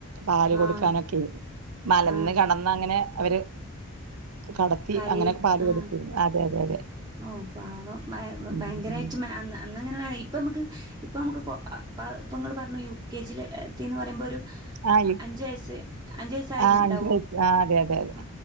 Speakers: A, on the right; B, on the right.
A: പാല് കൊടുക്കാനൊക്കെ,
B: ആഹ്
A: മലന്ന്
B: ആഹ്
A: കിടന്ന് അങ്ങനെ അവര് കടത്തി
B: കരയും
A: അങ്ങനെ പാല്
B: ആഹ്
A: കൊടുത്തിരുന്നു. അതെ, അതെ, അതെ
B: ഓ പാവം ബ ബ
A: ഉം
B: ഭയങ്കരമായിട്ട്
A: ഉം.
B: അന്ന് അന്നങ്ങനെ ഇപ്പം നമുക്ക്, ഇപ്പം നമുക്കിപ്പം, ഇപ്പം നിങ്ങൾ പറഞ്ഞു യു കെ ജിൽ എത്തിന്ന് പറയുമ്പോൾ ഒരു
A: ആഹ്
B: അഞ്ച് വയസ്, അഞ്ച് വയസായി
A: ആഹ്
B: ഉണ്ടാവോ.
A: അഞ്ച് വയസ്സ് ആഹ് അതെ അതെ അതെ.
B: ആ